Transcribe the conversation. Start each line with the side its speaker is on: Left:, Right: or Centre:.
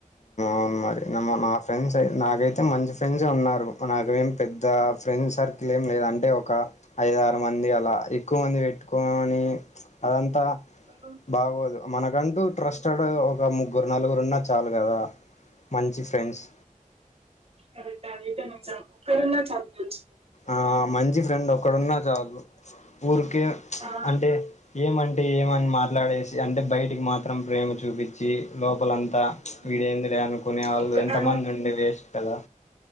Left: అవున మరి నా ఫ్రెండ్స్ నాకైతే మంచి ఫ్రెండ్స్ే ఉన్నారు నాకేం పెద్ద ఫ్రెండ్స్ సర్ అట్లాం లేదు అంటే ఒక ఐద ఆరు మంది అలా ఎక్కువ మంది పెట్టుకని అదంతా త
Right: ఉమ్,
Left: బాగోదు మనకంటూ ట్రస్టెడ్ ఒక ముగ్గురు నలుగురున్న చ్చ చాలు కదా మంచి ఫ్రెండ్స్
Right: కరతేనే చ కరన్నా చతు
Left: ఆ మంచి ఫ్రెండ్ ఒక్కడున్నా చాలు ఊరు
Right: ఆ
Left: అంటే ఏం అంటడి అంటే ఏమని మాట్లాడేసి అంటే బయటికి మాత్రం ప్రేమ చూపించి లోపలంతా
Right: ఉమ్,
Left: వీడేంది లే అనుకునే వాళ్ళు
Right: ఒక్క
Left: ఎంతమంది
Right: ఆ
Left: ఉండడి వేస్ట్ కదా